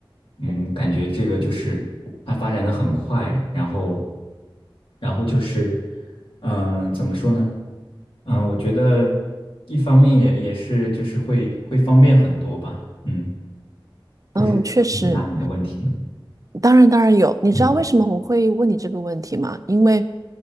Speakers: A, on the left; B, on the right.
A: 嗯，感觉这个就是它发展的很快，然后，然后就是，嗯、怎么说呢？嗯、我觉得一方面也也是就是会会方便很多吧，嗯，不知道怎么解答你的问题呢？
B: 嗯，确实。当然，当然有。你知道为什么我会问你这个问题吗？
A: 嗯
B: 因为，